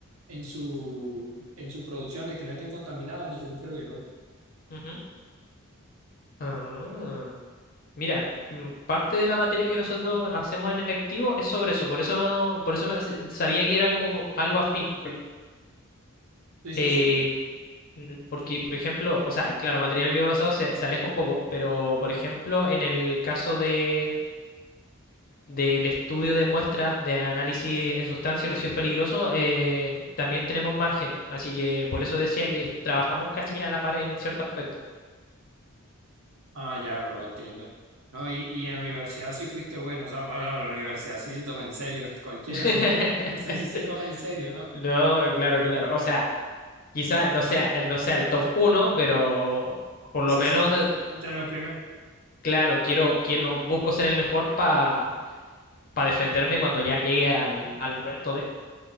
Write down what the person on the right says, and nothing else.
en su, en su producción de que no estén contaminadas, ni que microbiólogo.
Sí, sí,
sí.
Ah, ya, bro, entiendo. No, y, y en la universidad sí fuiste bueno, o sea, bueno, la universidad sí se toma en serio, cualquiera,
¿no? <laughs> Eso sí se toma en serio, ¿no?
Sí,
sí,
entre los primeros.